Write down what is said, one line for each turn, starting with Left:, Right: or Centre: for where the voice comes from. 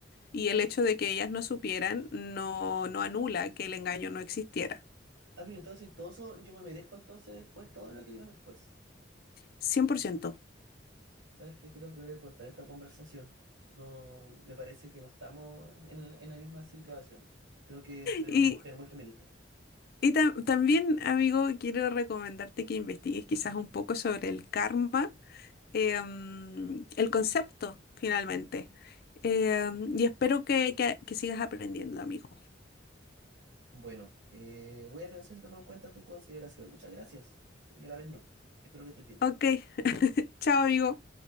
Left: y el hecho de que ellas no supieran no, no anula que el engaño no existiera.
Right: Ah, pero entonces todo eso, yo me merezco entonces después todo lo que vino después.
Left: 100%.
Right: ¿Sabes qué? Creo que voy a cortar esta conversación. No, me parece que no estamos en, en la misma situación. Creo que tú eres
Left: Y
Right: una mujer muy feminista.
Left: Y ta- también, amigo, quiero recomendarte que investigues quizás un poco sobre el karma, eh, mm, el concepto, finalmente. Eh, y espero que, que que sigas aprendiendo, amigo.
Right: Bueno, eh, voy a pensar si tomo en cuenta tu consideración. Muchas gracias. Y a la vez no. Espero que estés bien.
Left: Ok, chao, amigo.